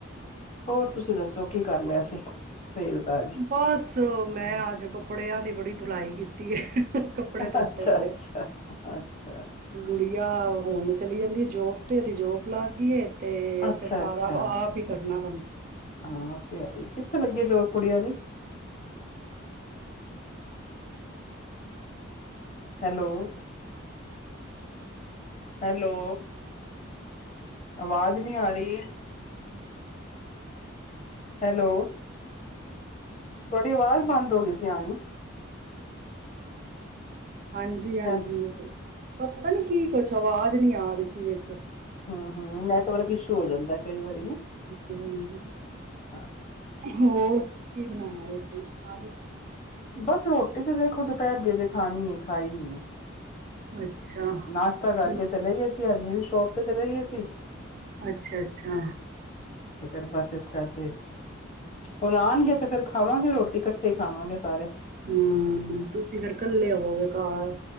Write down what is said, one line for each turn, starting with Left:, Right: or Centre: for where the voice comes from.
Left: ਹੋਰ ਤੁਸੀਂ ਦੱਸੋ ਕੀ ਕਰ ਲਿਆ ਸੀ। ਸਵੇਰ ਦਾ ਅੱਜ?
Right: ਬਾਸ, ਮੈਂ ਆਜ ਕੱਪੜਿਆਂ ਦੀ ਬੜੀ ਧੁਲਾਈ ਕੀਤ ਕਿਏ ਹ <unintelligible> ਕੱਪੜੇ ਧੋਤੇ
Left: ਅੱਛਾ-ਅੱਛਾ,
Right: ਬੜੇ,
Left: ਅੱਛਾ।
Right: ਗੁੜੀਆ ਔ ਫੋਨ ਚ ਚਲੀ ਜਾਂਦੀ ਐ ਜੋਬ ਤੇ ਔਦੀ ਜੋਬ ਲਾਗ ਗੀ ਏ ਤੇ
Left: ਅੱਛਾ-ਅੱਛਾ,
Right: ਫਿਰ ਸਾਰਾ ਆਪ ਈ ਕਰ ਨਾ
Left: ਹਾਂ ਔ ਤੇ ਹੈ ਈ, ਕਿੱਥੇ ਲੱਗੀ ਜੋਬ। ਕੁੜਿਆਂ ਦੀ। Hello hello! ਆਵਾਜ ਨੀਂ ਆ ਰੀ ਹੈਲੋ, ਤੁਆਡੀ ਆਵਾਜ਼ ਬੰਦ ਹੋ ਗਈ ਸੀ ਲਿਆਨੀ
Right: ਹਾਂਜੀ-ਹਾਂਜੀ,
Left: ਹੈਲ
Right: ਉਹ ਪਤਾ ਨੀ ਕੀ ਕੁਛ ਆਵਾਜ ਨੀ ਆ ਰੀ ਸੀ ਵਿੱਚ
Left: ਹੰ, ਹੰ ਨੈਟਵਰਕ ਇਸ਼ੂ ਹੋ ਜਾਂਦੈ ਕਈ ਵਾਰੀ ਨਾ
Right: ਅਤੇ ਹਾਂਜੀ <unintelligible>
Left: ਹਾਂ <inaudible>
Right: ਹੋਰ ਕੀ ਬਣਾਇਆ, ਰੋਟੀ ਖਾ ਲਈ?
Left: ਬਸ ਰੋਟੀ ਤੇ ਦੇਖੋ ਦੁਪੈਰ ਦੀ ਅਜੇ ਖਾਣੀ ਏ ਖਾਈ ਨੀਂ ਏ
Right: ਅੱਛਾ,
Left: ਨਾਸ਼ਤਾ
Right: ਕੀ
Left: ਕਰਕੇ ਚਲੇ ਗਏਸੀ। ਹਾਂਜੀ, ਸ਼ੋਪ ਤੇ ਚਲੇ ਗਏ ਅਸੀਂ।
Right: ਅੱਛਾ-ਅੱਛਾ।
Left: ਫਿਰ ਬਸ ਇਸ ਕਰਕੇ, ਹੁਣ ਆਉਣਗੇ ਤੇ ਫੇਿਰ ਖਾਵਾਂਗੇ ਰੋਟੀ ਇਕੱਠੇ ਖਾਵਾਂਗੇ ਸਾਰੇ।
Right: ਹੂੰ, ਤੁਸੀਂ ਫਿਰ ਕੱਲੇ ਹੌਵੇਗੇ ਘਰ।